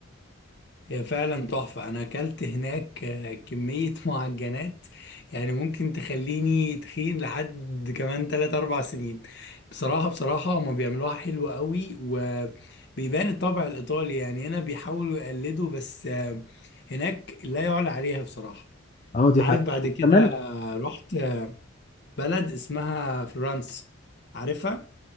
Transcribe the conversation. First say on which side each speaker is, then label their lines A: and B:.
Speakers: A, on the left; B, on the left.
A: هي فعلا تحفة أنا أكلت هناك آه، كمية <laughs> معجنات يعني ممكن تخليني تخين لحد كمان تلات أربع سنين بصراحة بصراحة هما بيعملوها حلوة قوي وبيبان الطبع الإيطالي يعني هنا بيحاولوا يقلدوا بس آه، هناك لا يعلى عليها بصراحة
B: اه دي
A: عارف
B: حقيقة
A: بعد كده
B: كمان
A: آه، رحت بلد اسمها فرنسا عارفها؟